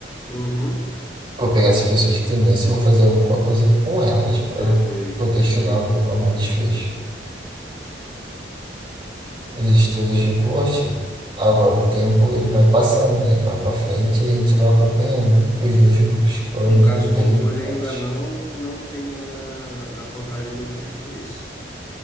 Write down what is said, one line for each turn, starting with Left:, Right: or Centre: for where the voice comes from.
Left: Uhum.
Right: Eu vou pegar essas pessoas que têm doença e vou fazer alguma coisa com elas para
Left: Perfeito,
Right: poder
Left: perfeito.
Right: estudar algum, algum desfecho. Os estudos
Left: É,
Right: de corte, agora o tempo ele vai passando, né? Ele vai para frente e a gente vai acompanhando os dois grupos que foram
Left: no
Right: de,
Left: caso,
Right: delimitados.
Left: o controle ainda não não tem a, a contagem do tempo, é isso?